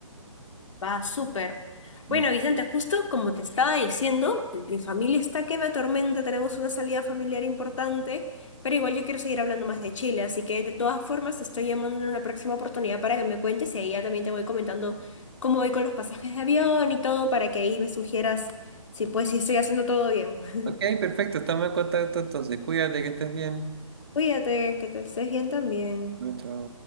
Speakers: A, on the left (about 60°); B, on the right (about 45°).
A: Va, súper. Bueno,
B: Mm.
A: Vicente, justo como te estaba diciendo, mi familia está que me atormenta, tenemos una salida familiar importante, pero igual yo quiero seguir hablando más de Chile, así que de todas formas te estoy llamando en una próxima oportunidad para que me cuentes y ahí ya también te voy comentando cómo voy con los pasajes de avión y todo para que ahí me sugieras si pues si estoy haciendo todo bien. <laughs>
B: Ok, perfecto, estamos en contacto entonces. Cuídate, que estés bien.
A: Cuídate, que te estés bien también.
B: Chao. chao.